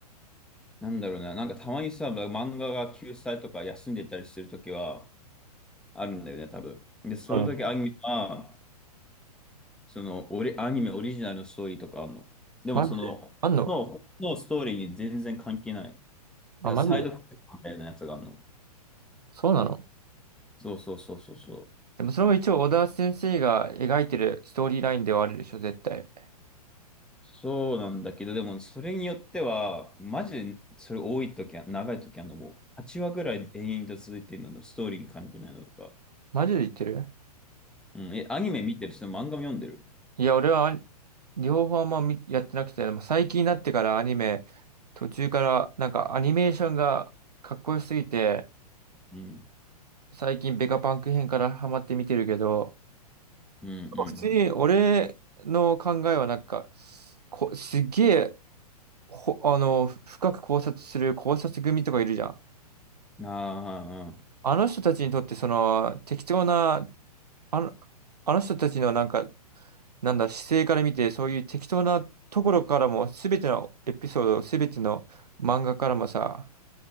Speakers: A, in the centre; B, on the right.
A: なんだろうな、なんかたまにさ、漫画が休載とか休んでたりするときはあるんだよね、多分。で、その時アニメは、
B: うん
A: その、オリ、アニメオリジナルのストーリーとかあるの。でも、
B: マジであんの
A: その、の、のストーリーに全然関係ない。だか
B: あ、
A: らサイドクエストみたいなやつがあるの。
B: マジでそうなの
A: そうそうそうそうそう。
B: でもそれも一応小田先生が描いてるストーリーラインではあるでしょ、絶対。
A: そうなんだけど、でもそれによっては、マジでそれ多い時は、長い時はもう8話ぐらい延々と続いてるので、ストーリーに関係ないのとか。
B: マジで言ってる
A: うん、え、アニメ見てる人、漫画も読んでる。
B: いや、俺はアニ両方あんま見やってなくて、でも最近になってからアニメ、途中からなんかアニメーションがかっこよすぎて、
A: うん、
B: 最近ベガパンク編からハマって見てるけど、
A: うん、うん、
B: 普通に俺の考えはなんか、こ、すっげえ、ほ、あの、深く考察する考察組とかいるじゃん。
A: うん。ああ、
B: あの人たちにとってその適当な、あの、あの人たちのなんか、なんだ、姿勢から見て、そういう適当なところからも、すべてのエピソード、すべての漫画からもさ、